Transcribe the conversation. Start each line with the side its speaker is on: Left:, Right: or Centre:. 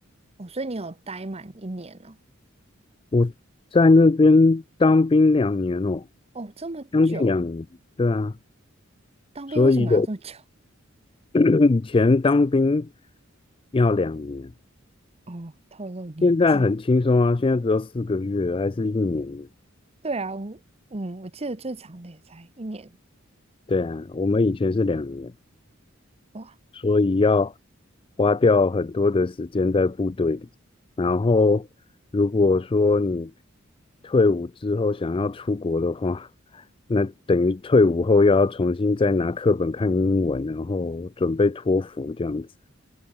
Right: 哦，所以你有待满一年了，
Left: 我在那边当兵两年哦，
Right: 哦，这么久，
Left: 将近两年，对啊，
Right: 当兵为什么要这么久？
Left: 所以有 <clears throat> 以前当兵要两年，
Right: <laughs> 哦，透露年纪。
Left: 现在很轻松啊，现在只要四个月，还是一年。
Right: 对啊，我嗯，我记得最长的也才一年，
Left: 对啊，我们以前是两年，
Right: 哇，
Left: 所以要花掉很多的时间在部队里。然后，如果说你退伍之后想要出国的话，那等于退伍后又要重新再拿课本看英文，然后准备托福这样子。